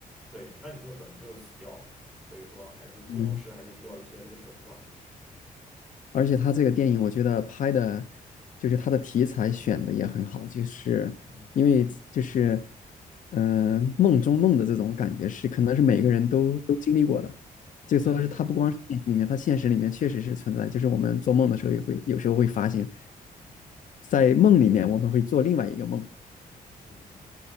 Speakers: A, in the centre; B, on the left.
A: 对，那你就等于就死掉了，所以说还是筑梦师还是需要一些这个手段，
B: 嗯。而且他这个电影，我觉得拍的，就是他的题材选的也很好，就是因为就是，
A: 嗯
B: 嗯，梦中梦的这种感觉是，可能是每个人都都经历过的，
A: 嗯，
B: 就说是他不光是电影里面，
A: 对对对，
B: 他现实里面确实是存在，就是我们做梦的时候也会有时候会发现，在梦里面我们会做另外一个梦，
A: 嗯嗯